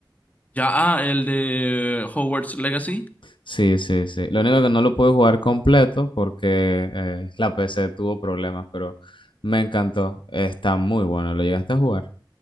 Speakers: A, on the left; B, on the left.
A: Ya, ah, el de Hogwarts Legacy.
B: Sí, sí, sí. Lo único que no lo pude jugar completo porque eh, la PC tuvo problemas, pero me encantó. Está muy bueno. ¿Lo llegaste a jugar?